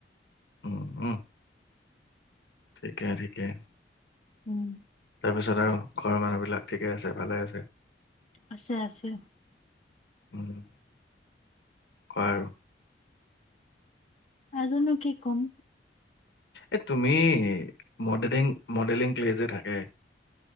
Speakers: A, on the left; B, on the left.
A: উম, উম, ঠিকে, ঠিকে।
B: উম।
A: তাৰপিছত আৰু ঘৰৰ মানুহ বিলাক, ঠিকে আছে, ভালে আছে?
B: আছে, আছে।
A: উম কোৱা আৰু।
B: আৰুনো কি কম।
A: এ তুমি, মডেলিং মডেলিং ক্লেজে থাকে।